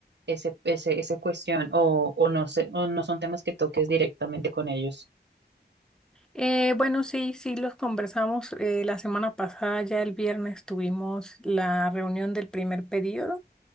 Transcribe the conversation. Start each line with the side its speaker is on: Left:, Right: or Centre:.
Right: ese, ese, esa cuestión, o, o no sé, o no son temas que toques directamente con ellos.
Centre: Eh, bueno, sí, sí, los conversamos. eh, la semana pasada, ya el viernes, tuvimos la reunión del primer periodo.